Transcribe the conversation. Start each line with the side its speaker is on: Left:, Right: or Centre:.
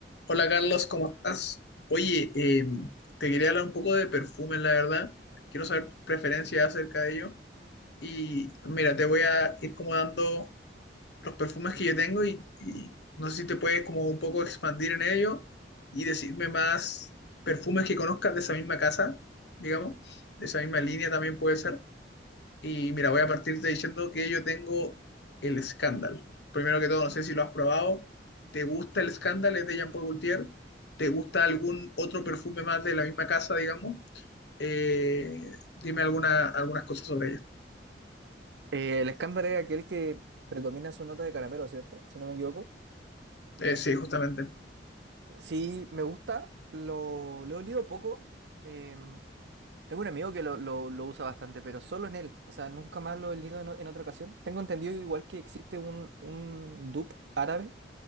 Left: Hola Carlos, ¿cómo estás? Oye, eh, te quería hablar un poco de perfumes, la verdad. Quiero saber tus preferencias acerca de ello. Y mira, te voy a ir como dando los perfumes que yo tengo y, y no sé si te puedes como un poco expandir en ello y decirme más perfumes que conozcas de esa misma casa, digamos, de esa misma línea también puede ser. Y mira, voy a partirte diciendo que yo tengo el Scandal. Primero que todo, no sé si lo has probado. ¿Te gusta el Scandal? Es de Jean Paul Gaultier. ¿Te gusta algún otro perfume más de la misma casa, digamos? Eh, dime alguna, algunas cosas sobre ello.
Right: Eh, el escándalo es aquel que predomina su nota de caramelo, ¿cierto? Si no me equivoco.
Left: Eh, sí, justamente.
Right: Sí, me gusta, lo, lo he olido poco. em, tengo un amigo que lo, lo- lo usa bastante, pero solo en él. O sea, nunca más lo he olido en, o- en otra ocasión. Tengo entendido igual que existe un, un dupe árabe